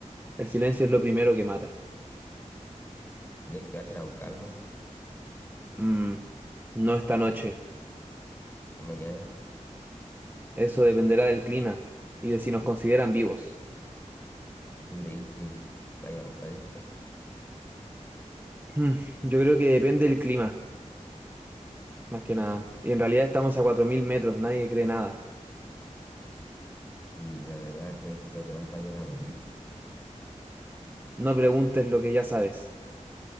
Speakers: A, on the right (about 15°); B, on the left (about 15°).
A: el silencio es lo primero que mata.
B: ¿Crees que bajen a buscarnos?
A: Mm, no esta noche,
B: Y mañana,
A: eso dependerá del clima y de si nos consideran vivos.
B: ¿y tú creís que vaya a pasar esto?
A: Mm, yo creo que depende del clima, más que nada. Y en realidad estamos a 4.000 metros, nadie cree nada.
B: ¿Y la verdad crees que los demás vayan a morir?
A: No preguntes lo que ya sabes.